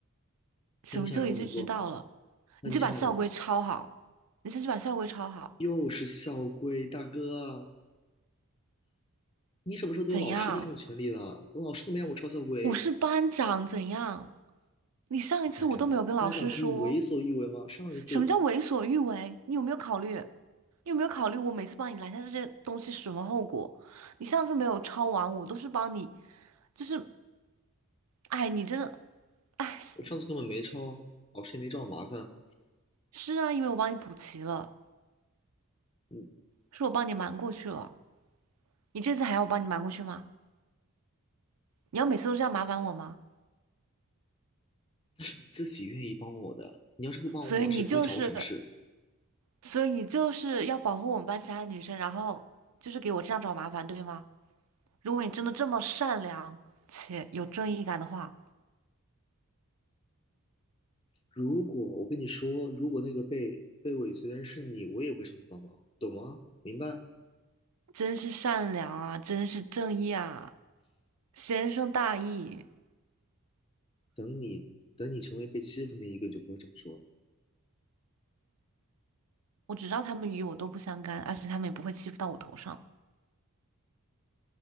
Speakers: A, on the right (about 85°); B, on the left (about 25°).
A: 什么就一句知道了，
B: 那你想让我怎么做？那你想让我怎么做？
A: 你就把校规抄好，你先去把校规抄好，
B: 又是校规，大哥，你什么时候都有老师的这种权利了？
A: 怎样？
B: 我老师都没让我抄校规，
A: 我是班长，怎样？你上一次我都没有跟老师说。
B: 班长呢？班长可以为所欲为吗？上一次
A: 什么叫为所欲为？你有没有考虑？你有没有考虑我每次帮你拦下这些东西是什么后果？你上次没有抄完，我都是帮你，就是，哎，你真的，哎，是
B: 我上次根本没抄，老师也没找我麻烦。
A: 是啊，因为我帮你补齐了，
B: 嗯，
A: 是我帮你瞒过去了。你这次还要我帮你瞒过去吗？你要每次都这样麻烦我吗？
B: 那是你自己愿意帮我的，你要是不帮我，
A: 所以你就是，
B: 我老师也不会找我什么事。
A: 所以你就是要保护我们班其他女生，然后就是给我这样找麻烦，对吗？如果你真的这么善良且有正义感的话。
B: 如果我跟你说，如果那个被被尾随的人是你，我也会上去帮忙，懂吗？明白？
A: 真是善良啊，真是正义啊，先生大义。
B: 等你等你成为被欺负那一个，你就不会这么说了。
A: 我只知道他们与我都不相干，而且他们也不会欺负到我头上，